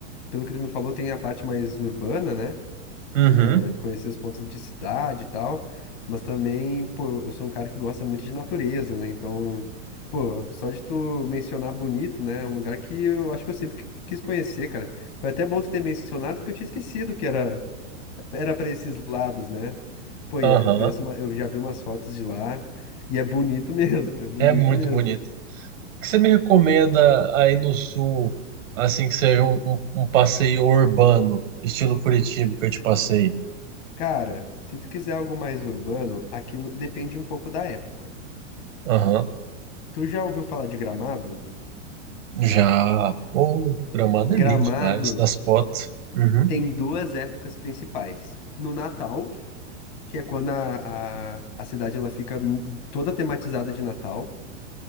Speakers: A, on the left (about 35°); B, on the right (about 80°).
A: pelo que tu me falou, tem a parte mais urbana, né?
B: Uhum,
A: Eh, de Conhecer os pontos de cidade e tal. Mas também, pô, eu sou um cara que gosta muito de natureza, né? Então, pô, só de tu mencionar Bonito, né? É um lugar que eu acho que eu sempre qui- quis conhecer, cara. Foi até bom tu ter mencionado, que eu tinha esquecido que era era para esses lados, né? Pô,
B: aham.
A: e a- eu conheço, uma- eu já vi umas fotos de lá e é bonito mesmo, <laughs> é bonito
B: É muito
A: mesmo.
B: bonito. que você me recomenda aí no sul, assim que seja um, um- um passeio urbano, estilo Curitiba que eu te passei?
A: Cara, se tu quiser algo mais urbano, aqui no- depende um pouco da época.
B: Aham.
A: Tu já ouviu falar de Gramado?
B: Já. Oh, Gramado
A: Gramado
B: é lindo demais, nas fotos. Uhum.
A: tem duas épocas principais. No Natal, que é quando a, a, a cidade ela fica toda tematizada de Natal,